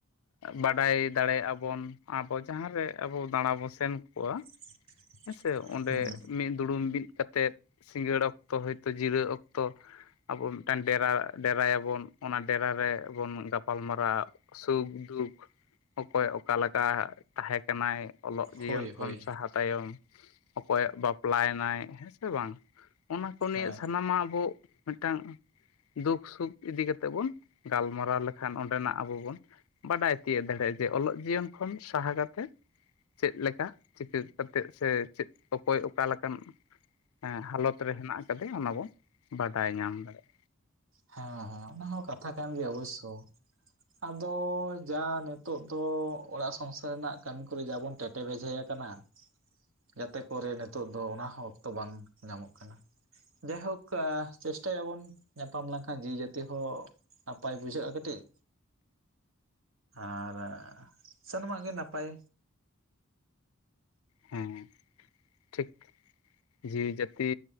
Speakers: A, on the left (about 85°); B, on the right (about 65°).
A: ᱵᱟᱰᱟᱭ ᱫᱟᱲᱮᱭᱟᱜᱼᱟ ᱵᱚᱱ ᱟᱵᱚ ᱡᱟᱦᱟᱸᱨᱮ ᱟᱵᱚ ᱫᱟᱲᱟ ᱵᱚᱱ ᱥᱮᱱ ᱠᱚᱜ ᱟ
B: <inaudible>
A: ᱦᱮᱸᱥᱮ ᱚᱸᱰᱮ
B: ᱦᱮᱸ
A: ᱢᱤᱫ ᱫᱩᱲᱩᱢ ᱢᱤᱫ ᱠᱟᱛᱮᱜ ᱥᱤᱸᱜᱟᱹᱲ ᱚᱠᱛᱚ ᱦᱚᱭᱛᱚ ᱡᱤᱨᱟᱹᱜ ᱚᱠᱛᱚ ᱟᱵᱚ ᱢᱤᱫᱴᱟᱝ ᱰᱮᱨᱟ ᱰᱮᱨᱟᱭᱟᱵᱚᱱ ᱚᱱᱟ ᱰᱮᱨᱟ ᱨᱮ ᱵᱚᱱ ᱜᱟᱯᱼᱼ ᱜᱟᱞᱢᱟᱨᱟᱣ ᱥᱩᱠᱼᱫᱩᱠ ᱚᱠᱚᱭ ᱚᱠᱟᱞᱮᱠᱟ ᱛᱟᱦᱮᱸ ᱠᱟᱱᱟᱭ ᱚᱞᱚᱜ ᱡᱤᱭᱚᱱ
B: ᱦᱳᱭ
A: ᱠᱷᱚᱱ
B: ᱦᱳᱭ
A: ᱥᱟᱦᱟ ᱛᱟᱭᱚᱢ ᱚᱠᱚᱭᱟᱜ ᱵᱟᱯᱞᱟᱭᱮᱱᱟᱭ ᱦᱮᱸ ᱥᱮ ᱵᱟᱝ ᱚᱱᱟ ᱠᱚ ᱱᱤᱭᱟᱹ
B: ᱦᱳᱭ ᱦᱮᱸ
A: ᱥᱟᱱᱟᱢᱟᱜ ᱟᱵᱚ ᱢᱤᱫᱴᱟᱝ ᱫᱩᱠ ᱥᱩᱠᱷ ᱤᱫᱤ ᱠᱟᱛᱮᱜ ᱵᱚᱱ ᱜᱟᱞᱢᱟᱨᱟᱣ ᱞᱮᱠ ᱠᱷᱟᱱ ᱚᱸᱰᱮᱱᱟᱜ ᱟᱵᱚ ᱵᱚᱱ ᱵᱟᱰᱟᱭ ᱛᱤᱭᱳᱜ ᱫᱟᱲᱮᱭᱟᱜᱼᱟ ᱡᱮ ᱚᱞᱚᱜ ᱡᱤᱭᱚᱱ ᱠᱷᱚᱱ ᱥᱟᱦᱟ ᱠᱟᱛᱮᱫ ᱪᱮᱫ ᱞᱮᱠᱟ ᱪᱤᱠᱟᱹ ᱠᱟᱛᱮᱫ ᱥᱮ ᱪᱮᱫ ᱚᱠᱚᱭ ᱚᱠᱟ ᱞᱮᱠᱟᱱ ᱦᱮᱸ ᱦᱟᱞᱚᱛ ᱨᱮ ᱦᱮᱱᱟᱜ ᱟᱠᱟᱫᱮᱭᱟ ᱚᱱᱟ ᱵᱚᱱ ᱵᱟᱰᱟᱭ ᱧᱟᱢ ᱫᱟᱲᱮᱭᱟᱜᱼᱟ।
B: ᱦᱮᱸ ᱦᱮᱸ ᱚᱱᱟ ᱦᱚᱸ ᱠᱟᱛᱷᱟ ᱠᱟᱱ ᱜᱮᱭᱟ ᱚᱵᱚᱥᱥᱚ। ᱟᱫᱚ ᱡᱟ ᱱᱤᱛᱚᱜ ᱫᱚ ᱚᱲᱟᱜ ᱥᱚᱝᱥᱟᱨ ᱨᱮᱱᱟᱜ ᱠᱟᱹᱢᱤ ᱠᱚᱨᱮ ᱡᱟ ᱵᱚᱱ ᱴᱮᱴᱮᱵᱷᱡᱮ ᱟᱠᱟᱱᱟ ᱡᱟᱛᱮ ᱠᱚᱨᱮ ᱱᱤᱛᱳᱜ ᱫᱚ ᱚᱱᱟᱦᱚᱸ ᱚᱠᱛᱚ ᱵᱟᱝ ᱧᱟᱢᱚᱜ ᱠᱟᱱᱟ। ᱡᱟᱭᱦᱳᱠ ᱮ ᱪᱮᱥᱴᱟᱭᱟᱵᱚᱱ ᱧᱟᱯᱟᱢ ᱞᱮᱱᱠᱷᱟᱱ ᱡᱤᱣᱤ ᱡᱟᱹᱛᱤ ᱦᱚᱸ ᱱᱟᱯᱟᱭ ᱵᱩᱡᱷᱟᱹᱜᱼᱟ ᱠᱟᱹᱴᱤᱡ। ᱟᱨ ᱮᱻ ᱥᱟᱱᱟᱢᱟᱜ ᱜᱮ ᱱᱟᱯᱟᱭ।
A: ᱦᱩᱸ ᱴᱷᱤᱠ। ᱡᱤᱣᱤ ᱡᱟᱹᱛᱤ